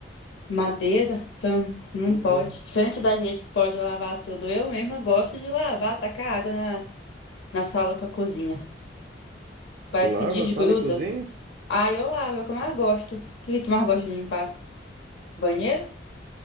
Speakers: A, on the left (about 75°); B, on the right (about 50°).
A: madeira, então não
B: Pois
A: pode.
B: é.
A: Diferente da gente que pode lavar tudo, eu mesma gosto de lavar, tacar água na, na sala com a cozinha. Parece
B: Tu
A: que
B: lava
A: desgruda.
B: a sala e cozinha?
A: Ah, eu lavo, é o que eu mais gosto. O que que tu mais gosta de limpar? Banheiro?